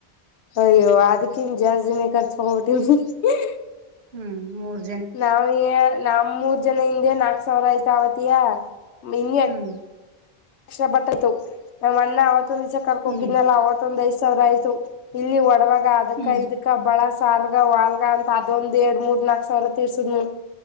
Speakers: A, on the left; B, on the right.
A: ಅಯ್ಯೋ ಅದಕ್ಕಿ ನ್ ಜಾಸ್ತಿನೆ ಖರ್ಚು ಮಾಡ್ಬಿಟ್ಟಿವಿ <unintelligible>
B: ಹ್ಮ್, ಮೂರು
A: ನಾವ ಏನ್ ನಾವು ಮೂರ್ ಜನ ಹಿಂದೆ ನಾಕ್ ಸಾವಿರ ಆಯ್ತ ವತಿಯ ಹಿಂಗ
B: ಹ್ಮ್
A: ಲಕ್ಷ ಬರ್ತಾ ಆಯತು ನಮ್ಮ್ ಅಣ್ಣ ಅವತ್ತೊಂದ ದಿವಸ ಕರ್ಕ ಹೋಗಿದನೆ
B: ಹ್ಮ್
A: ಅವತ್ತ ಒಂದ್ ಐದ ಸಾವಿರ ಆಯ್ತು. ಇಲ್ಲಿ ಒಡವೆಗ ಅದಕ್ಕ
B: ಹ್ಮ್
A: ಇದಕ್ ಅಕ್ಕ ಬಳ ಸಾರ್ಗ ವಾಲ್ಗ ಅಂತ ಅದೊಂದ್ ಎರಡ್ ಮೂರ್ ನಾಲ್ಕ ಸಾವಿರ್ ತಿರ್ಸುದ್ವಿ.